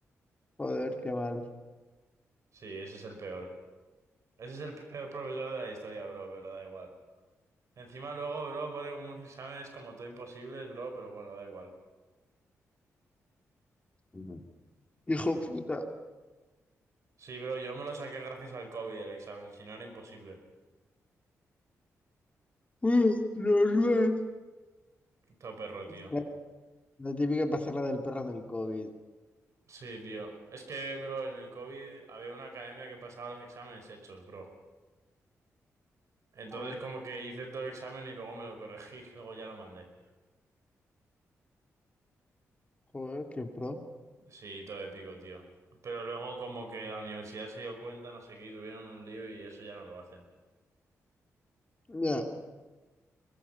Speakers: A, on the left (about 25°); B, on the right (about 60°).
A: joder, qué mal.
B: Sí, ese es el peor. Ese es el peor profesor de la historia, bro, pero da igual. Encima luego, bro, pone unos exámenes como todo imposibles, bro, pero bueno, da igual.
A: Ujú. Hijo puta.
B: Sí, bro, yo me lo saqué gracias al COVID el examen, si no era imposible.
A: Uh, los nuevos.
B: Todo perro, tío.
A: La, la típica pasarla del perro en el COVID.
B: Sí, tío. Es que, bro, en el COVID había una academia que pasaba los exámenes hechos, bro. Entonces
A: Joder,
B: como que hice todo el examen y luego me lo corregí, <laughs> luego ya lo mandé.
A: joder, qué pro.
B: Sí, todo épico, tío. Pero luego como que la universidad se dio cuenta, no sé qué, y tuvieron un lío y eso ya no lo hacen.
A: Ya.